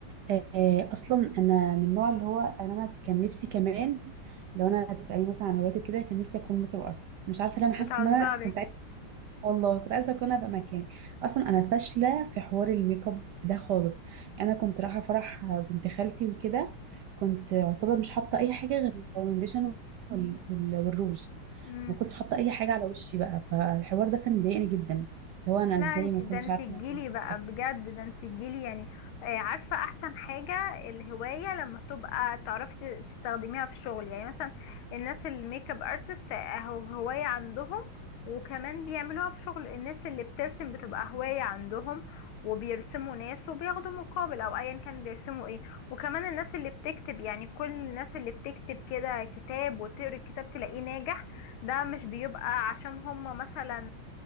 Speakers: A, on the right (about 70°); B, on the left (about 80°).
A: آه، اصلا انا من النوع اللي هو انا أنا كان نفسي كمان لو انا تسالني مثلا عن هواياتي وكده كان نفسي اكون ميك اب ارتست مش عارفه ليه انا حاسه
B: بتهزري
A: ان انا كنت عايزه والله كنت عايزه اكون ابقى مكاني اصلا انا فاشله في حوار الميك اب ده خالص يعني انا كنت رايحه فرح بنت خالتي وكده كنت اعتبر مش حاطه اي حاجه غير الفاونديشن وال- وال- والروج
B: امم
A: ما كنتش حاطه اي حاجه على وشي بقى فالحوار ده كان مضايقني جدا اللي هو انا
B: لا
A: ازاي
B: انت
A: ما
B: ده
A: كنتش
B: انت
A: عارفه
B: تجيلي
A: أعمل
B: بقى
A: حاجة.
B: بجد ده انت تجيلي يعني آه، عارفة احسن حاجة الهواية لما تبقى تعرفي ت- تستخدميها في الشغل يعني مثلا الناس الميك اب ارتست اهو هواية عندهم وكمان بيعملوها في شغل الناس اللي بترسم بتبقى هواية عندهم وبيرسموا ناس وبياخدوا مقابل او ايا كان بيرسموا ايه وكمان الناس اللي بتكتب يعني كل الناس اللي بتكتب كده كتاب وتقري الكتاب تلاقيه ناجح ده مش بيبقى عشان هم مثلا